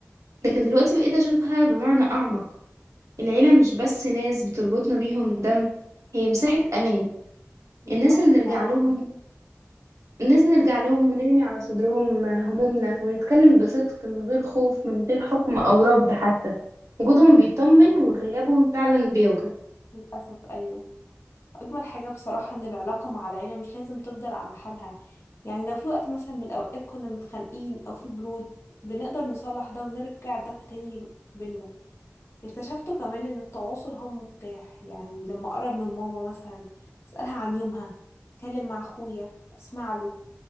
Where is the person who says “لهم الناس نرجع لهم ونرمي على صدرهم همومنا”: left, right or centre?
Right